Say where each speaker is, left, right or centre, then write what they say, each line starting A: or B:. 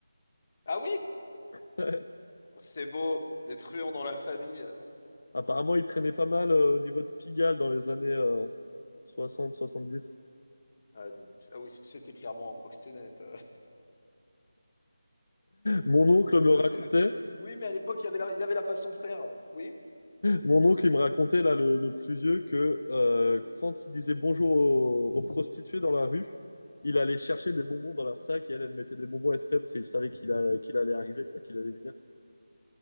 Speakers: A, on the left; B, on the left.
A: Ah oui!
B: <laughs>
A: C'est beau, des truands dans la famille.
B: Apparemment, il traînait pas mal euh, au niveau de Pigalle dans les années 60-70.
A: Ah, donc, ah oui, c'était clairement un proxénète. euh.
B: Mon
A: <laughs>
B: oncle
A: Et
B: me
A: ça,
B: racontait,
A: c'est... Oui, mais à l'époque, il y avait la, il y avait la façon de faire. Oui?
B: mon oncle, il me racontait, là, le, le plus vieux, que euh, quand il disait bonjour aux, aux prostituées dans la rue, il allait chercher des bonbons dans leur sac et elle, elle mettait des bonbons exprès parce qu'il savait qu'il allait, qu'il allait arriver, quoi, qu'il allait venir.